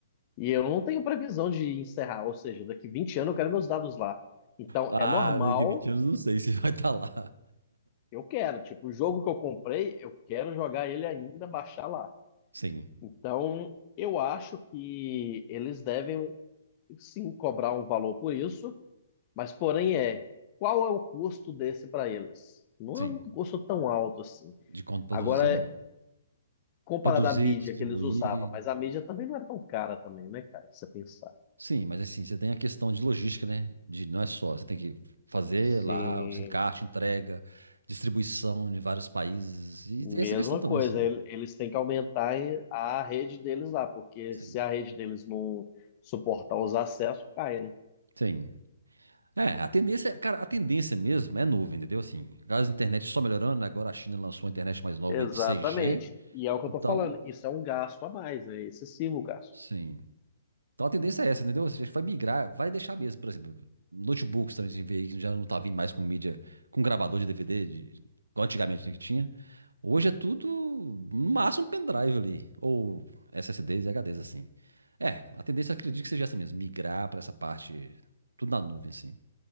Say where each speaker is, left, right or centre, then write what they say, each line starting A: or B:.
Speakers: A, on the left (about 35°); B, on the right (about 75°).
A: E eu não tenho previsão de encerrar, ou seja, daqui 20 anos eu quero meus dados lá. Então,
B: Ah,
A: é normal,
B: daqui a 20 anos não sei se vai estar lá.
A: eu quero. Tipo, o jogo que eu comprei, eu quero jogar ele ainda, baixar lá.
B: Sim,
A: Então, eu acho que eles devem sim cobrar um valor por isso, mas porém é, qual é o custo desse para eles? Não
B: sim.
A: é um custo tão alto assim.
B: De quanto produzir,
A: Agora,
B: não.
A: comparado
B: Produzir,
A: à mídia
B: distribuir.
A: que eles usavam, mas a mídia também não era tão cara também, né, cara, se você pensar.
B: Sim, mas assim, você tem a questão de logística, né? De não é só, você tem que fazer
A: Sim,
B: lá os encartes, entrega, distribuição em vários países. E
A: mesma
B: tem essa questão também,
A: coisa,
B: assim.
A: ele- eles têm que aumentar a rede deles lá, porque
B: Sim.
A: se a rede deles não suportar os acessos, cai, né?
B: Sim. É, a tendência, cara, a tendência mesmo é nuvem, entendeu? Assim, as internet só melhorando, né? agora a China lançou uma internet mais nova
A: Exatamente.
B: aí de 6G.
A: E é o que eu
B: Então,
A: tô falando, isso é um gasto a mais, é excessivo o gasto.
B: sim. Então a tendência é essa, entendeu? Ou seja, vai migrar, vai deixar mesmo, por exemplo, notebooks também, a gente vê que já não tá vindo mais com mídia, com gravador de DVD, de, igual antigamente né, que tinha. Hoje é tudo, no máximo, um pendrive ali, ou SSDs e HDs, assim. É, a tendência eu acredito que seja essa mesmo, migrar para essa parte, tudo na nuvem, assim.